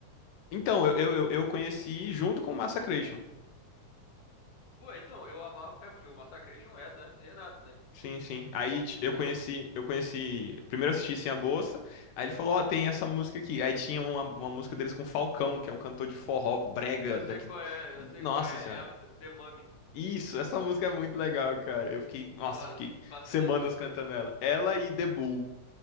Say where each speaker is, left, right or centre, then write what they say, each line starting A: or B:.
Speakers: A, on the left; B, on the left.
A: Então, eu, eu, eu eu conheci junto com o Massacration.
B: Pô, então, eu amava. É, porque o Massacration é do Hermes e Renato, né?
A: Sim, sim. Aí ti- eu conheci,
B: Eu,
A: eu conheci. Primeiro eu assisti Sem a Bolsa. Aí ele falou, ó, tem essa música aqui. Aí tinha uma, uma música deles com Falcão, que é um cantor de forró brega
B: eu
A: daqui.
B: sei qual é, eu
A: hum,
B: sei
A: Nossa
B: qual é.
A: senhora.
B: É a The Mummy.
A: Isso, essa música é muito legal, cara. Eu fiquei, nossa,
B: Mano,
A: eu fiquei
B: fascinante.
A: semanas cantando ela. Ela e The Bull.